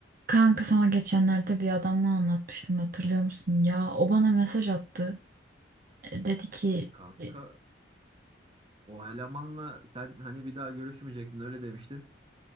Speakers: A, on the right (about 50°); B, on the right (about 30°).
A: Kanka sana geçenlerde bir adamla anlatmıştım hatırlıyor musun? Ya o bana mesaj attı. E, Dedi ki
B: Kanka
A: e,
B: o elemanla sen hani bir daha görüşmeyecektin öyle demiştin.